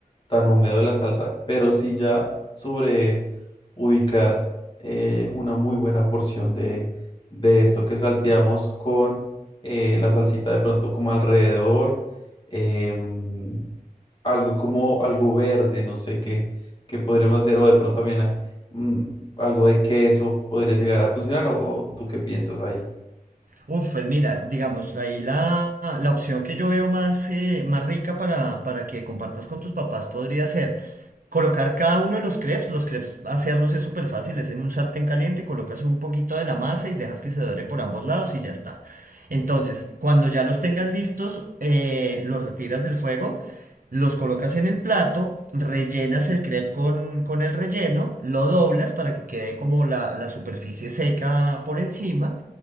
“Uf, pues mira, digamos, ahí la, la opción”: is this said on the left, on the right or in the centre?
Right